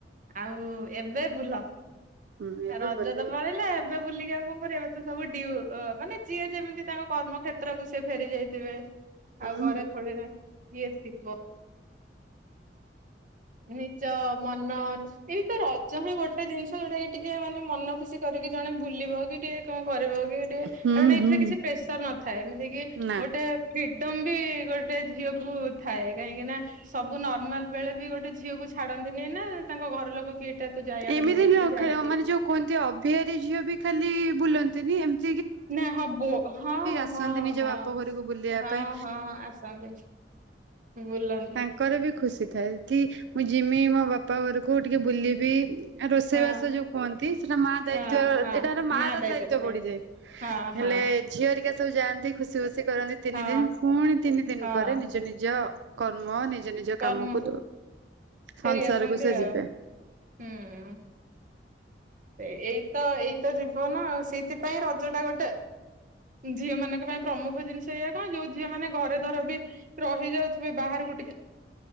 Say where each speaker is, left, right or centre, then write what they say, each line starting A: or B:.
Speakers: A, on the right; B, on the right.
A: ଆଉ ଏବେ ବୁଲ।
B: ହୁଁ ଏବେ
A: ଆ ରଜ
B: ଭଲ
A: ତ ପଳେଇିଲା ଏବେ ବୁଲିକି ଆଉ କଣ କରିବା ଏବେତ ସବୁ ଡିଉ ମାନେ ଯିଏ ଯେମିତି ତାଙ୍କ କର୍ମକ୍ଷେତ୍ରକୁ ସିଏ ଫେରି ଯାଇଥିବେ।
B: ହୁଁ
A: ଆଉ ଘରେ ଥୋଡି ନାାଇଁ ଇଏ ଥିବ। ନିଜ ମନ ଏଇତ ରଜ ହିଁ ଗୋଟେ ଜିନିଷ ଯୋଉଟା ଏଇ ଟିକେ ମାନେ ମନ ଖୁସି କରିକି ଜଣେ ବୁଲିବ କି ଟିକେ କନ୍ କରିବ କି ଟିକେ କାରଣ
B: ହୁଁ
A: ଏଇଥିରେ
B: ହୁଁ
A: କିଛି ପ୍ରେସର ନଥାଏ ଏମିତି କି
B: ନା
A: ଗୋଟେ ଫ୍ରିଡମ୍ ବି ଗୋଟେ ଝିଅକୁୁ ଥାଏ କାହିଁକି ନା ସବୁ ନର୍ମାଲ୍ ବେଳେ ବି ଗୋଟେ ଝିଅକୁ ଛାଡନ୍ତିନି ନା ତାଙ୍କ ଘର ଲୋକ କି ଏଇଟା ତ ଯାଇଆଡେ
B: ଏମିତି
A: ବୁଲୁ
B: ନୁହଁ
A: କି ସେଆଡେ
B: ଖା- ମାନେ ଯୋଉ କୁହନ୍ତି ଅଭିହାରୀ ଝିଅ ବି ଖାଲି ବୁଲନ୍ତିନି ଏମତି
A: ନା ହବ ହଁ
B: ଆସନ୍ତି
A: ହଁ
B: ନିଜ
A: ହଁ
B: ବାପ ଘରକୁ ବୁଲିବା
A: ହଁ
B: ପାଇଁ
A: ହଁ ଆସନ୍ତି। ବୁଲନ୍ତି
B: ତାଙ୍କର ବି ଖୁସି ଥାଏ କି ମୁଁଇଁ ଯିମି ମି ମୋ ବାପା ଘରକୁ ଟିକେ ବୁଲିବି। ଆଉ ରୋଷେଇବାସ
A: ହଁ
B: ଯୋଉ କୁହନ୍ତି ସେଟା ମା ଦାୟିତ୍ଵ
A: ହଁ ହଁ
B: ଏଟାର ମା ର
A: ଦାୟିତ୍ୱରେ
B: ଦାୟିତ୍ଵ
A: ଥାଏ
B: ବଢିଯାଏ,
A: ହଁ ହଁ
B: ହେଲେ ଝିଅରିକା ସେ ସବୁଜାନ୍ତି ଖୁସି ଭୁସି କରନ୍ତି ତିନି
A: ହଁ
B: ଦିନ ଫୁଣି ତିନି ଦିନ
A: ହଁ
B: ପରେ ନିଜ ନିଜ କର୍ମ ନି ନିଜ ନିଜ କାମକୁ
A: କର୍ମକୁ
B: ସଂସାରକୁ
A: ଫେରି ଆସନ୍ତି
B: ସେ
A: ଆଉ
B: ଯିବେ।
A: ହୁଁ। ସେ ଏଇତ ଏଇ ତ ଜୀବନ ଆଉ ସେଇଥିପାଇଁ ର ତ ଏଟା ଗୋଟେ ଝିଅ ମାନଙ୍କ ପାଇଁ ପ୍ରମୁଖ ଜିନିଷ ଏଇଆ କଣ ଯୋଉ ଝିଅ ମାନେ ଘରେ ଧର ବି ରହି ଯାଉଥିବେ ବାହାରକୁ ଟିକେ